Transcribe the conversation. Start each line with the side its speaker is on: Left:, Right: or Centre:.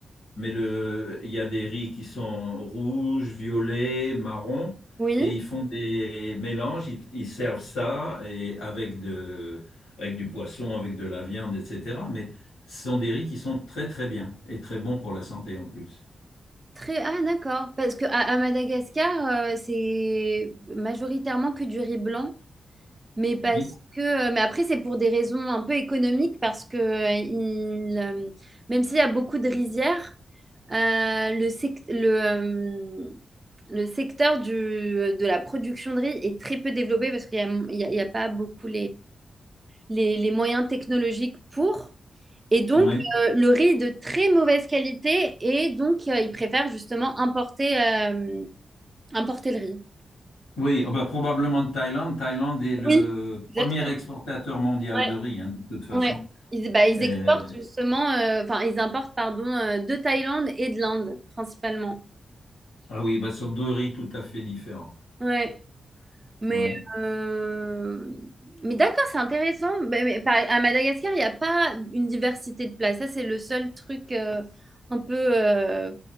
Left: mais le, il y a des riz qui sont rouges, violets, marrons,
Right: Oui.
Left: et ils font des mélanges, ils, ils servent ça et avec de, avec du poisson, avec de la viande, etc. Mais ce sont des riz qui sont très très bien et très bons pour la santé en plus.
Right: Très, ah d'accord, parce que à, à Madagascar, euh, c'est majoritairement que du riz blanc, mais parce
Left: Oui,
Right: que, euh, mais après c'est pour des raisons un peu économiques, parce que euh, il, euh, même s'il y a beaucoup de rizières, euh, le, sec- le, euh, le secteur du, de la production de riz est très peu développé parce qu'il n'y a, il y a il y a pas beaucoup les, les moyens technologiques pour. Et donc,
Left: oui.
Right: euh, le riz est de très mauvaise qualité et donc, euh, ils préfèrent justement importer, euh, importer le riz.
Left: Oui, ah bah, probablement de Thaïlande. Thaïlande est le
Right: Oui, exactement.
Left: premier exportateur mondial
Right: Ouais,
Left: de riz, hein, de toute façon.
Right: ouais. Ils, bah, ils
Left: Euh,
Right: exportent justement, euh, enfin, ils importent, pardon, euh, de Thaïlande et de l'Inde, principalement.
Left: ah oui, bah, ce sont deux riz tout à fait différents.
Right: Ouais. Mais,
Left: Oui,
Right: euh, mais d'accord, c'est intéressant. Mais, mais par- à Madagascar, il n'y a pas une diversité de places. Ça, c'est le seul truc euh, un peu euh,